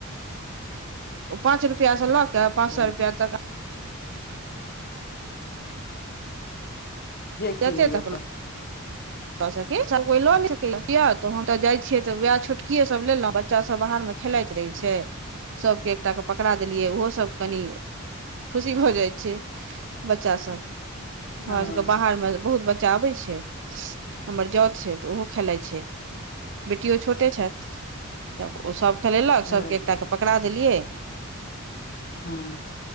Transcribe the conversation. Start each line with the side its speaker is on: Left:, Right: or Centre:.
Right: ओ पाँच रुपआ से लऽ के
Left: अच्छा
Right: पाँच सए रुपआ तक
Left: जे
Right: जते
Left: किनी
Right: तक
Left: अपन
Right: सकी सभ कोइ लऽ <unintelligible> नहि सकय त हम तऽ जाइ छियै तऽ वएह छोटकिये सब लेलहुं बच्चा सब बाहर मे खेलाइत रहै छै सभके एकटा कऽ पकड़ा देलियै ओहो सभ कनि खुशी भऽ जाइ छै बच्चा सब हमरा
Left: हँ
Right: सभके बाहरमे बहुत बच्चा आबै छै हमर जाउत छै तऽ ओहो खेलाइत छै बेटियो छोटे छथि तऽ ओ सभ खेलेलक
Left: हँ
Right: सभके एकटाके पकड़ा देलियै
Left: हँ